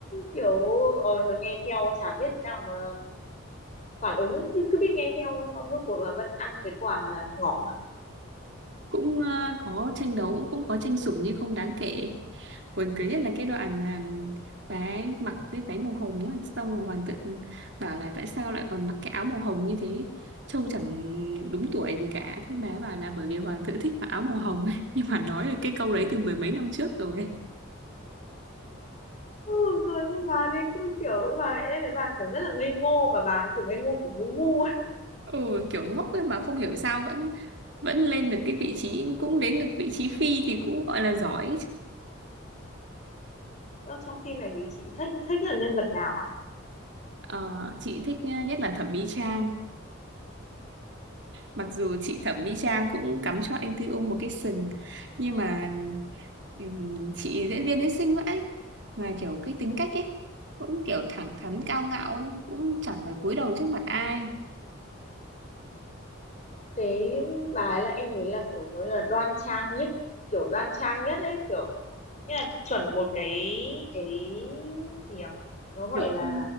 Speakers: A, on the left; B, on the right.
A: kiểu ờ thôi nghe theo chả biết thế nào mà phản ứng ấy. Cứ, cứ biết nghe theo thôi, xong rốt cuộc là vẫn ăn cái quả là ngọm
B: Cũng ờ, có tranh đấu cũng có tranh sủng nhưng không đáng kể. buồn cười nhất là cái đoạn mà bà ấy mặc cái váy màu hồng á, xong rồi hoàng tự bảo là tại sao lại còn mặc cái áo màu hồng như thế trông chẳng đúng tuổi gì cả thế bà ấy bảo là bởi vì hoàng tự thích mặc áo màu hồng ấy. <laughs> nhưng mà nói được cái câu đấy từ mười mấy năm trước rồi
A: ừ, cười với bà nên cứ kiểu bà em thấy bà kiểu rất là ngây ngô mà bà kiểu ngây ngô kiểu ngu ngu ấy
B: ừ kiểu ngốc ấy mà không hiểu sao vẫn vẫn lên được cái vị trí cũng đến được vị trí phi thì cũng gọi là giỏi
A: Đó, trong phim này thì chị thích thích là nhân vật nào à
B: Ờ, chị thích ờ, nhất là thẩm mỹ trang mặc dù chị Thẩm Mỹ Trang cũng cắm cho anh Tư Ung một cái sừng nhưng mà ừm, chị diễn viên ấy xinh vậy mà kiểu cái tính cách ấy cũng kiểu thẳng thắn cao ngạo ấy, cũng chẳng phải cúi đầu trước mặt ai
A: cái bà ấy là em thấy là kiểu có là đoan trang nhất kiểu đoan trang nhất ấy kiểu nghĩa là chuẩn một cái cái gì nhỉ nó gọi
B: tiểu
A: là
B: thư